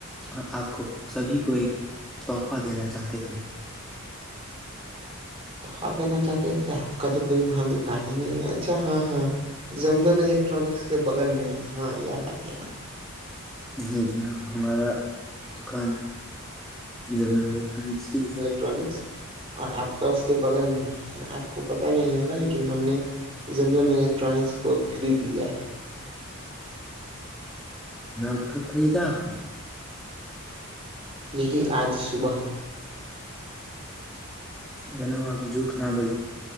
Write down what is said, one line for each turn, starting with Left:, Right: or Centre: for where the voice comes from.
Centre: اور آپ کو سبھی کو ایک تحفہ دینا چاہتے تھے
Right: تو خا دینا چاہتے تھے آپ کا تو کوئی وہاں دکان ہی نہیں ہے اچھا ہاں ہاں زمزم الیکٹرانکس کے بغل میں ہے ہاں یاد آ گیا
Centre: نہیں جناب ہمارا دکان جب م خان تھی
Right: ٹرکس اور آپ کا اس کے بغل میں ہی ہے آپ کو پت نہیں ہوگا لیکن ہم نے زمزوں میں الیکٹرانکس کو خرید لیا ہے
Centre: نام کپ خریدا آپ نے
Right: یہی آج صبح میں
Centre: دھنیہ واد جٹ نہ بول